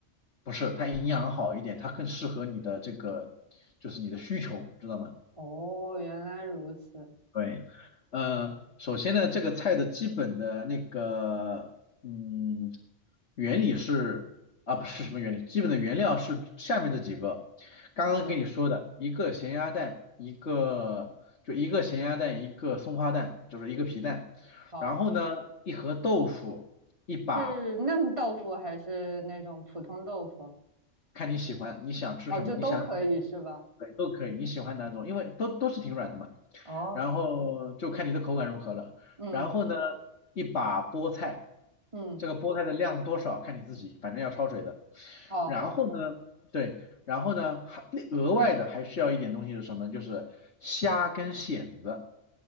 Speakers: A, on the left (about 70°); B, on the right (about 25°).
A: 不是，它营养好一点，它更适合你的这个，就是你的需求，知道吗？
B: 哦，原来如此，
A: 对，呃，首先呢，这个菜的基本的那个，嗯，原理是啊，不是什么原理，基本的原料是下面这几个，刚刚跟你说的，
B: 嗯，
A: 一个咸鸭蛋，一个就一个咸鸭蛋，一个松花蛋，就是一个皮蛋，
B: 好，
A: 然后呢，一盒豆腐，一把，
B: 是嫩豆腐还是那种普通豆腐？
A: 看你喜欢，你想吃什么，
B: 哦，就都可以是吧？
A: 你想。对，都可以，你喜欢哪种，因为都都是挺软的嘛。
B: 哦，
A: 然后就看你的口感如何了。
B: 嗯
A: 然后呢，一把菠菜，
B: 嗯，
A: 这个菠菜的量多少看你自己，反正要焯水的。
B: 哦好，
A: 然后呢，对，然后呢，还额外的还需要一点东西是什么？就是虾跟蚬子